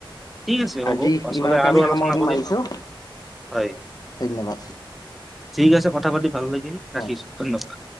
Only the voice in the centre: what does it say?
ঠিক আছে হ'ব
পাছলৈ
আৰু
আলোচনা
কৰিম
হয়
ঠিক আছে কথা পাতি লাগিল। ৰাখিছো
ধন্যবাদ।